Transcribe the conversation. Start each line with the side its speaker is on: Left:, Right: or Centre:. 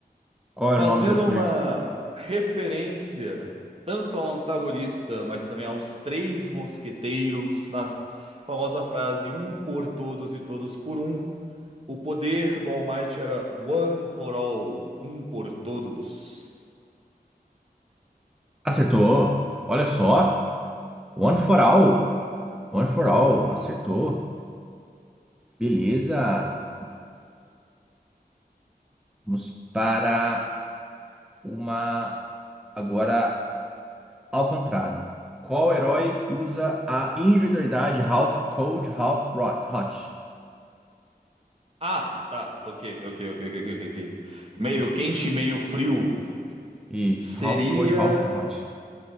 Centre: Qual
Right: fazendo
Centre: era o nome do Quirk?
Right: uma referência tanto ao antagonista, mas também aos três mosqueteiros, na famosa frase um por todos e todos por um. O poder do All Might era one for all, um por todos.
Centre: Acertou. Olha só. One for all. One for all. Acertou. Beleza. Vamos para uma. Agora ao contrário. Qual herói usa a individualidade Half Cold, Half Rot- Hot?
Right: Ah, tá, ok, ok, ok, ok, ok. ok. Meio quente, meio frio.
Centre: Isso.
Right: Seria
Centre: Half Cold, Half Hot.